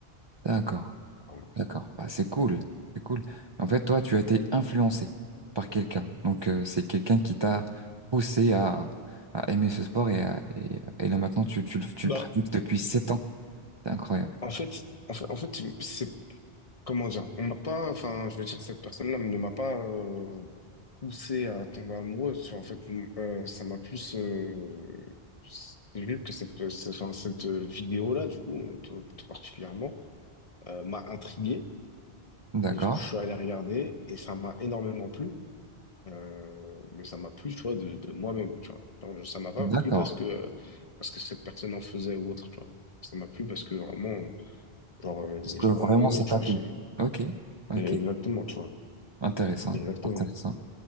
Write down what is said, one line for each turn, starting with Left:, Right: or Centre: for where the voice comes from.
Right: D'accord.
Left: Voilà.
Right: D'accord, bah, c'est cool, c'est cool. En fait, toi, tu as été influencé par quelqu'un. Donc, euh, c'est quelqu'un qui t'a poussé à, à aimer ce sport et, à- et, et là maintenant, tu, tu, le- tu
Left: Bah,
Right: le pratiques depuis 7 ans. C'est incroyable.
Left: en fait, en fait, en fait, c'est comment dire, on m'a pas, enfin, je veux dire, cette personne-là ne m'a pas euh, poussé à tomber amoureux. Tu vois, En fait, euh, ça m'a plus, euh, c'est juste que cette, euh, c'est- enfin, cette euh, vidéo-là, du coup, euh, tout, tout particulièrement, euh, m'a intrigué.
Right: D'accord,
Left: Et du coup, je suis allé regarder et ça m'a énormément plu. Euh, mais ça m'a plu, tu vois, de, de moi-même, tu vois. Genre, ça m'a pas
Right: d'accord.
Left: plu parce que, euh, parce que cette personne en faisait ou autre, tu vois. Ça m'a plu parce que vraiment, genre, euh, j'ai
Right: Parce que
Left: vraiment
Right: vraiment,
Left: aimé,
Right: ça
Left: tu
Right: t'a
Left: vois.
Right: plu.
Left: J'ai,
Right: Ok, ok.
Left: exactement, tu vois.
Right: Intéressant,
Left: Exactement.
Right: intéressant.